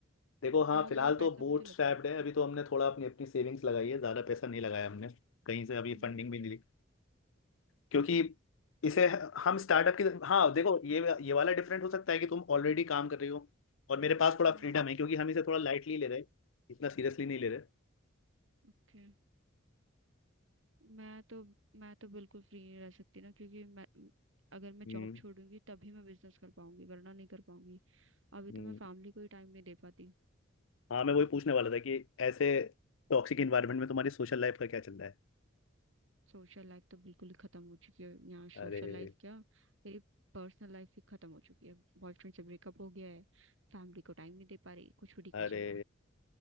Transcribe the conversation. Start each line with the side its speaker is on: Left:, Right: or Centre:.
Left: देखो हाँ
Right: बहुत
Left: फिलहाल
Right: ज्यादा
Left: तो
Right: पैसा
Left: बूट
Right: भी तो लग
Left: स्ट्रैप्ड
Right: जाता
Left: है अभी
Right: होगा
Left: तो हमने थोड़ा अपनी अपनी सेविंग्स लगाई है ज़्यादा पैसा नहीं लगाया हमने कहीं से अभी
Right: हम्म
Left: फंडिंग भी नहीं ली क्योंकि इसे हम स्टार्टअप की हाँ देखो ये ये वाला डिफरेंट हो सकता है कि तुम ऑलरेडी काम कर रही हो और मेरे पास थोड़ा
Right: हम्म
Left: फ्रीडम है क्योंकि हम इसे थोड़ा लाइटली ले रहे हैं इतना सीरियसली नहीं ले रहे
Right: ओके मैं तो मैं तो बिल्कुल फ्री नहीं रह सकती ना क्योंकि मैं अगर मैं
Left: हम्म
Right: जॉब छोड़ूंगी तभी मैं बिजनेस कर पाऊंगी वरना नहीं कर पाऊंगी अभी तो
Left: हम्म।
Right: मैं फैमिली को ही टाइम नहीं दे पाती
Left: हाँ मैं वही पूछने वाला था कि ऐसे टॉक्सिक इन्वायरमेंट में तुम्हारी सोशल लाइफ का क्या चल रहा है
Right: सोशल लाइफ तो बिल्कुल ही खत्म हो चुकी है यहाँ
Left: अरे
Right: सोशल लाइफ क्या मेरी पर्सनल लाइफ भी खत्म हो चुकी है बॉयफ्रेंड से ब्रेकअप हो गया है फैमिली को टाइम नहीं दे पा रही कुछ भी ठीक
Left: अरे
Right: नहीं चल रहा